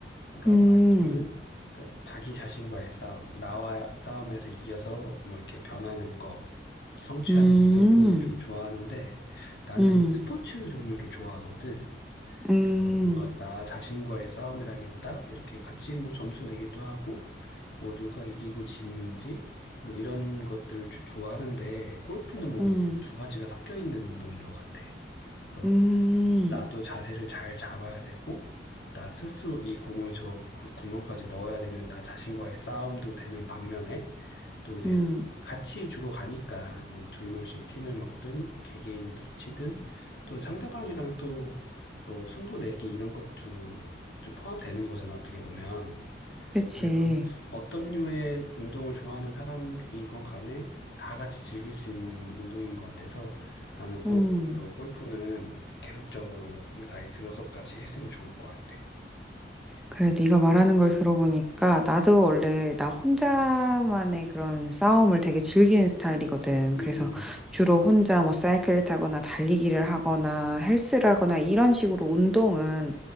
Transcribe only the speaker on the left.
그러니까
와이프는, 그, 자기 자신과의 싸움, 나와 싸움에서 이겨서, 뭐, 이렇게 변하는 거, 성취하는
거, 이런 거를 좀 좋아하는데, 나는
스포츠 종류를 좋아하거든.
그래서 뭔가 나 자신과의 싸움이라기보다 이렇게 같이 뭐 점수 내기도 하고 뭐 누가 이기고 지는지 뭐 이런 것들을 주- 좋아하는데 골프는 뭔가
그 두 가지가 섞여 있는 운동인 것 같아. 그래서
나도 자세를 잘 잡아야 되고 나 스스로 이 공을 저 구- 구멍까지 넣어야 되는 나 자신과의 싸움도 되는 반면에 또 이제
같이 주로 가니까 뭐 두 명씩 팀을 먹든 개개인이 치든 또 상대방이랑 또 뭐 승부 내기 이런 것도 좀 포함되는 거잖아 어떻게 보면
그래서 어떤 류의 운동을 좋아하는 사람이건 간에 다 같이 즐길 수 있는 운동인 것 같아서 나는 꼭
어, 골프는 계속적으로 나이 들어서까지 했으면 좋을 것 같아.
음.